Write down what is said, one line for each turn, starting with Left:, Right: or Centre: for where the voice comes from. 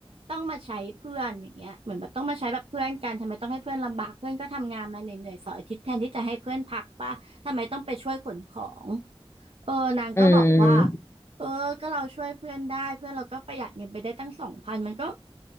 Right: ต้องมาใช้เพื่อนอย่างเงี้ยเหมือนแบบต้องมาใช้แบบเพื่อนกันทำไมต้องให้เพื่อนลำบากเพื่อนก็ทำงานมาเหนื่อยๆเสาร์อาทิตย์แทนที่จะให้เพื่อนพักปะทำไมต้องไปช่วยขนของเออนางก็บอกว่า
Left: อืม
Right: เออก็เราช่วยเพื่อนได้เพื่อนเราก็ประหยัดเงินไปได้ตั้งสองพันมันก็